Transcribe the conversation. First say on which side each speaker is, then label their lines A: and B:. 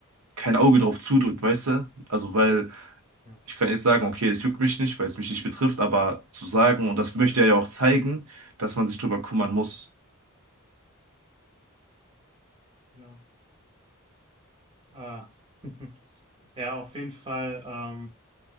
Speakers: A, on the right; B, on the right.
A: kein Auge drauf zudrückt, weißt du? Also, weil
B: Ja,
A: ich kann jetzt sagen, okay, es juckt mich nicht, weil es mich nicht betrifft, aber zu sagen, und das möchte er ja auch zeigen, dass man sich drüber kümmern muss.
B: genau. Ah. <laughs> Ja, auf jeden Fall, ähm,